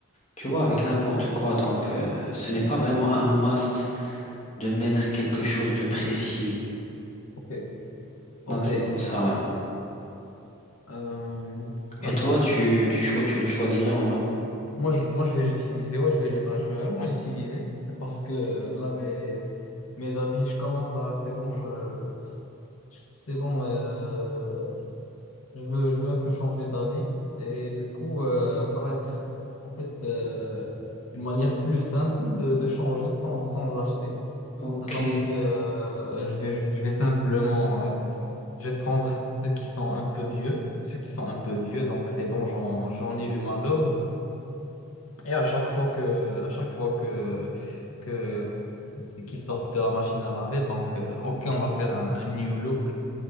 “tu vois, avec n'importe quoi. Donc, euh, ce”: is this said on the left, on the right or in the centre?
Left